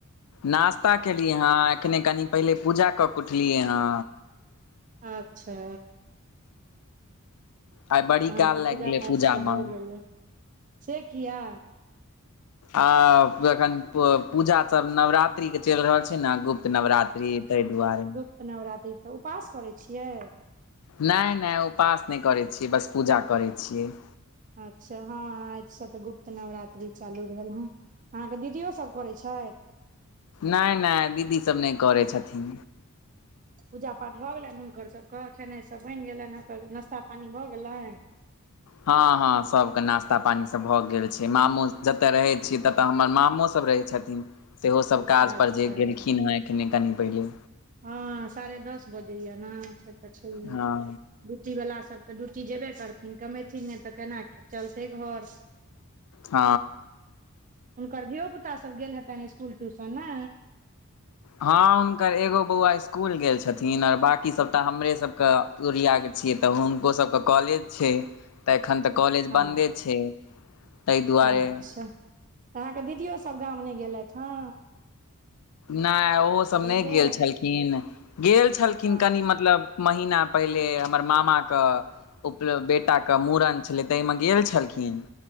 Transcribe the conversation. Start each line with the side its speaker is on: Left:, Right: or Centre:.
Left: नास्ता केलियै हँ एखने कनि पहिले पूजा कऽ कऽ उठलियै हँ
Right: अच्छा
Left: आइ बड़ी
Right: तहन
Left: काल
Right: तऽ
Left: लागि
Right: पूजा
Left: गेलै
Right: पाठ
Left: पूजामे
Right: सब भऽ गेलै से किया
Left: आ एखन पूजा सभ नवरात्रि के चलि रहल छै न गुप्त नवरात्रि ताहि दुआरे
Right: तऽ नवरात्रि तऽ उपास करै छियै
Left: नय नय उपास नहि करैत छियै बस पूजा करैत छियै
Right: अच्छा हाँ आज सँ तऽ गुप्त नवरात्रि चालू भेल हँ अहाँ के दीदियो सब करैत छैथ
Left: नय नय दीदी सभ नहि करैत छथिन
Right: पूजा पाठ भऽ गेलनि हुनकर सभ के खेनाइ सभ बनि गेलनिहेँ तऽ नास्ता पानी भऽ गेलनि
Left: हाँ हाँ सभ कऽ नाश्ता पानी सभ भऽ गेल छै, मामो जते रहे छीय तऽ हमर मामो। सभ रहै छथिन, सेहोसभ काज
Right: अच्छा
Left: पर जे गेलखिन हे एखने कनि पहिले।
Right: ह, साढ़े दस बजेय ने छै, तऽ छैह।
Left: हँ
Right: ड्यूटी वाला सभ तऽ ड्यूटी जेबे कथिन कमेथिन ने तऽ केना चलतै घर।
Left: ह।
Right: हुनकर धियोपुता सभ गेल हेतनि स्कूल ट्यूशन ने
Left: हूँ, हुनकर एगो बौआ स्कुल गेल छथिन और, अओर बाकी सभ हमरे सभ के तुरिआ के छियै तऽ हुनको सभके कॉलेज छै। तऽ एखन त कॉलेज
Right: हँ
Left: बन्दे छै, ते दुआरे
Right: अच्छा तऽ अहाँकेँ दीदियो सभ गाम नही गेलथि हे।
Left: नहि ओहो सभ नय
Right: बेर
Left: गेल छलखिन गेल छलखिन
Right: हँ
Left: क मतलब। महिना पहिले हमर मामा कऽ। उपलब बेटाके मूड़न छलै ताहिमे गेल छलखिन।